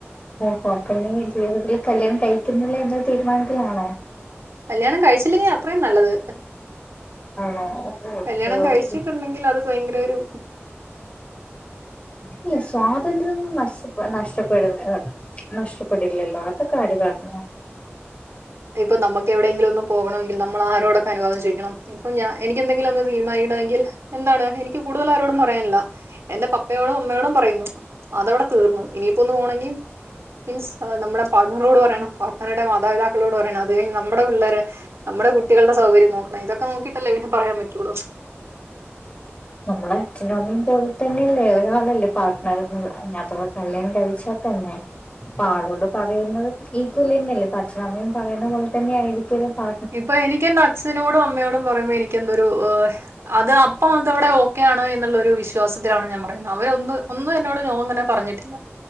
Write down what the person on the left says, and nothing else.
ഓഹോ പിന്നെ ഈ ജീവിതത്തിൽ കല്യാണം കഴിക്കുന്നില്ല എന്ന തീരുമാനത്തിലാണോ
ആണോ ഓക്കെ
ഓക്കെ
ഇല്ല സ്വാതന്ത്രന്നും നസ്സ് നഷ്ടപ്പെടുന്ന നഷ്ടപ്പെടില്ലല്ലോ അതൊക്കാരു പർഞ്ഞു
നമ്മളെ അച്ഛനമമീം പോലെ തന്നെയല്ലേ ഒരാളല്ലേ പാർട്ട്ണർ അഥവാ കല്യാണം കഴിച്ചാ തന്നെ പാടോണ്ട് പറയുന്നത് ഈക്വൽ ന്നെയല്ലേ പച്ഛനമ്മയും പറയുന്ന പോലെ തന്നെ ആയിരിക്കലും പാ